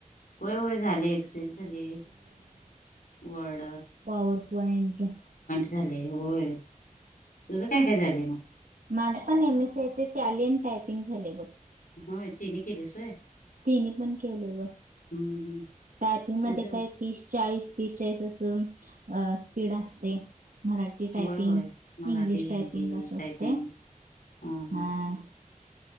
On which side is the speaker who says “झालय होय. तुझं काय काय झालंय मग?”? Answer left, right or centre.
Left